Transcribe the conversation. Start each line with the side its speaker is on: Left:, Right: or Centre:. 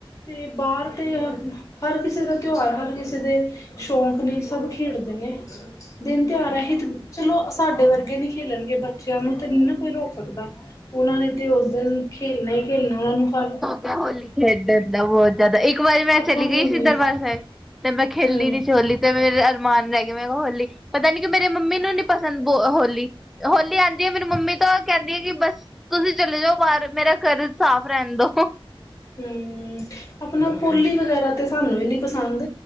Left: ਤੇ ਬਾਹਰ ਤੇ, ਹਰ ਕਿਸੇ ਦਾ ਤਿਉਹਾਰ ਹਰ ਕਿਸੇ ਦੇ ਸ਼ੌਕ ਨਈ ਸਭ ਖੇਡਦੇ ਨੇ। ਦਿਨ ਤਿਹਾਰ ਅਸੀ ਚਲੋ ਸਾਡੇ ਵਰਗੇ ਨਹੀਂ ਖੇਲਣਗੇ, ਬੱਚਿਆਂ ਨੂੰ ਤੇ ਨਹੀਂ ਨਾ ਕੋਈ ਰੋਕ ਸਕਦਾ। ਉਹਨਾਂ ਨੇ ਤੇ ਉਸ ਦਿਨ ਖੇਲਣਾ ਹੀ ਖੇਲਣਾ, ਉਹਨਾਂ ਨੂੰ ਫਰਕ
Centre: ਹੋੋਲੀ ਖੇਡਣ ਦਾ ਬਹੁਤ ਜਦ ਇੱਕ ਵਾਰੀ ਮੈਂ
Left: ਆਪਾਂ
Centre: ਚਲੀ
Left: ਨੂੰ
Centre: ਗਈ ਸੀ
Left: ਨੀ
Centre: ਦਰਬਾਰ ਸਾਹਿਬ, ਤੇ ਮੈਂ ਖੇਲੀ
Left: ਹੂੰ।
Centre: ਨੀ ਸੀ ਹੋਲੀ। ਤੇ ਮੇਰੇ ਅਰਮਾਨ ਰਹਿ ਗੇ, ਮੈਂ ਕਿਹਾ ਹੋਲੀ ਪਤਾ ਨੀ ਕਿ ਮੇਰੇ ਮੰਮੀ ਨੂੰ ਨੀ ਪਸੰਦ ਬ ਹੋਲੀ, ਹੋਲੀ ਆਂਦੀ ਐ ਮੇਰੀ ਮੰਮੀ ਤੋਂ ਕਹਿੰਦੀ ਆ ਕਿ ਬਸ ਤੁਸੀਂ ਚਲੇ ਜਾਓ ਬਾਹਰ, ਮੇਰਾ ਘਰ ਸਾਫ਼ ਰਹਿਣ ਦੋ।
Left: ਹੂੰ ਆਪਣਾ ਪੋਲੀ ਵਗੈਰਾ ਤੇ ਸਾਨੂੰ ਵੀ ਨੀ ਪਸੰਦ।